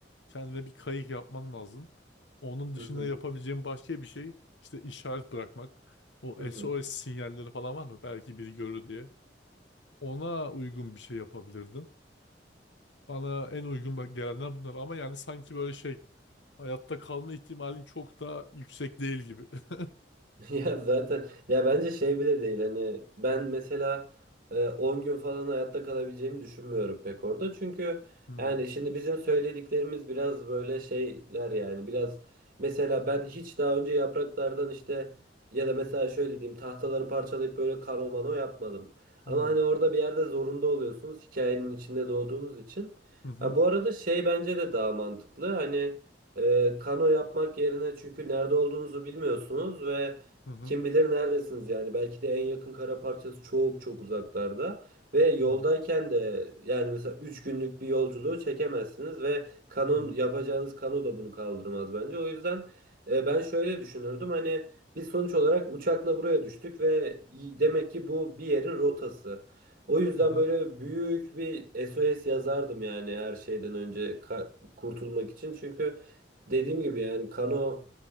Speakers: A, on the left; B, on the right.
A: kendine bir kayık yapman lazım. Onun dışında
B: hı hı,
A: yapabileceğin başka bir şey işte işaret bırakmak. O
B: hı hı.
A: SOS sinyalleri falan var mı? Belki biri görür diye. Ona uygun bir şey yapabilirdin. Bana en uygun gelenler bunlar ama yani sanki böyle şey hayatta kalma ihtimalin çok da yüksek değil gibi. <laughs>
B: <laughs> Ya zaten ya bence şey bile değil hani ben mesela e, 10 gün falan hayatta kalabileceğimi düşünmüyorum pek orada. Çünkü
A: Hmm.
B: yani şimdi bizim söylediklerimiz biraz böyle şeyler yani biraz mesela ben hiç daha önce yapraklardan işte ya da mesela şöyle diyeyim tahtaları parçalayıp böyle karo mano yapmadım.
A: Hmm.
B: Ama hani orada bir yerde zorunda oluyorsunuz hikayenin içinde doğduğunuz için.
A: Hı hı.
B: Ha, bu arada şey bence de daha mantıklı hani e, kano yapmak yerine çünkü nerede olduğunuzu bilmiyorsunuz ve
A: Hı hı.
B: kim bilir neredesiniz yani belki de en yakın kara parçası çok çok uzaklarda ve yoldayken
A: Hı hı.
B: de yani mesela 3 günlük bir yolculuğu çekemezsiniz ve kanon
A: Hı hı.
B: yapacağınız kano da bunu kaldırmaz bence. O yüzden e, ben şöyle düşünürdüm hani biz sonuç olarak uçakla buraya düştük ve y- demek ki bu bir yerin rotası. O yüzden
A: Hı hı.
B: böyle büyük bir SOS yazardım yani her şeyden önce ka- kurtulmak için çünkü dediğim gibi yani kano